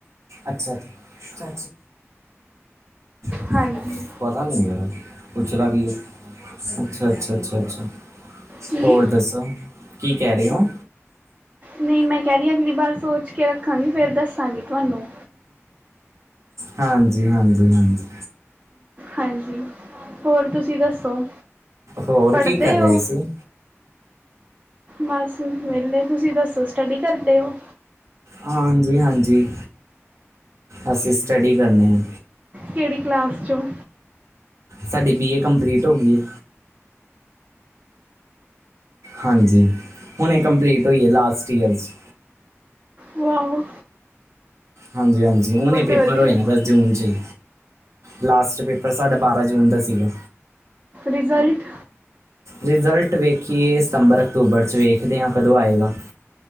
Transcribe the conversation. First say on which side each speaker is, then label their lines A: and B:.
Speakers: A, on the right; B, on the right.
A: ਅੱਛਾ ਅੱਛਾ <unintelligible>
B: ਹਾਂਜੀ
A: ਪਤਾ ਨਹੀਂ ਮੈਨੂੰ ਕੁਚਲਾ ਵੀ ਹੈ ਅੱਛਾ ਅੱਛਾ ਅੱਛਾ ਅੱਛਾ
B: ਕੀ
A: ਹੋਰ ਦੱਸੋ ਕੀ ਕਹਿ ਰਹੇ ਓ
B: ਨਹੀਂ ਮੈਂ ਕਹਿ ਰਹੀ ਹਾਂ ਅਗਲੀ ਵਾਰ ਸੋਚ ਕੇ ਰੱਖਾਂਗੀ ਫਿਰ ਦੱਸਾਂਗੀ। ਤੁਹਾਨੂੰ।
A: ਹਾਂਜੀ-ਹਾਂਜੀ-ਹਾਂਜੀ।
B: ਹਾਂਜੀ, ਹੋਰ ਤੁਸੀਂ ਦੱਸੋ
A: ਹੋਰ
B: ਪੜ੍ਹਦੇ
A: ਕੀ ਕਰ ਰਹੇ
B: ਹੋ।
A: ਸੀ
B: ਬਸ ਵਿਹਲੇ ਤੁਸੀਂ ਦੱਸੋ ਸਟੱਡੀ ਕਰਦੇ ਹੋ?
A: ਹਾਂਜੀ-ਹਾਂਜੀ, ਅਸੀਂ ਸਟੱਡੀ ਕਰਨੇ ਹਾਂ।
B: ਕਿਹੜੀ ਕਲਾਸ ਚੋਂ?
A: ਸਾਡੀ ਬੀ ਏ ਕੰਪਲੀਟ ਹੋ ਗਈ ਹੈ। ਹਾਂਜੀ, ਹੁਣੇ ਇਹ ਕੰਪਲੀਟ ਹੋਈਏ ਲਾਸਟ ਈਅਰ 'ਚ।
B: ਵਾਹ ਵ।
A: ਹਾਂਜੀ-ਹਾਂਜੀ, ਹੁਣੇ ਪੇਪਰ
B: ਵਧੀਆ
A: ਹੋਏ ਨੇ ਬਸ। ਜੂਨ ਚ ਹੀ ਲਾਸਟ ਪੇਪਰ ਸਾਡਾ ਬਾਰ੍ਹਾਂ ਜੂਨ ਦਾ ਸੀਗਾ।
B: ਰਿਜ਼ਲਟ
A: ਰਿਜ਼ਲਟ ਵੇਖੀਏ ਸਤੰਬਰ, ਅਕਤੂਬਰ 'ਚ ਵੇਖਦੇ ਹਾਂ ਕਦੋਂ ਆਏਗਾ?